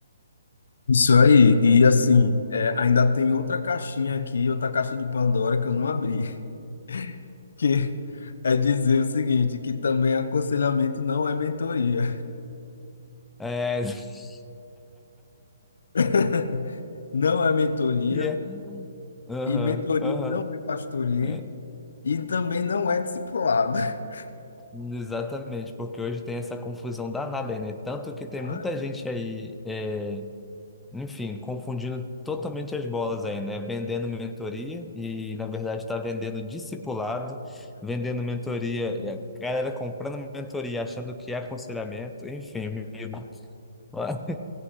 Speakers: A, on the left (about 70°); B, in the centre.
A: Isso aí, e assim, é, ainda tem outra caixinha aqui, outra caixa de Pandora que eu não abri, <laughs> que é dizer o seguinte, que também aconselhamento não é mentoria.
B: É, <laughs>
A: <laughs> Não é mentoria,
B: que é, aham,
A: e mentoria
B: aham.
A: não é pastoreio,
B: é.
A: e também não é discipulado. <laughs>
B: Exatamente, porque hoje tem essa confusão danada aí, né? Tanto que tem
A: Ah,
B: muita gente aí, é, enfim, confundindo totalmente as bolas aí, né? Vendendo mentoria e, na verdade, está vendendo discipulado, vendendo mentoria, e a galera comprando mentoria, achando que é aconselhamento, enfim, amigo. <laughs> Mas,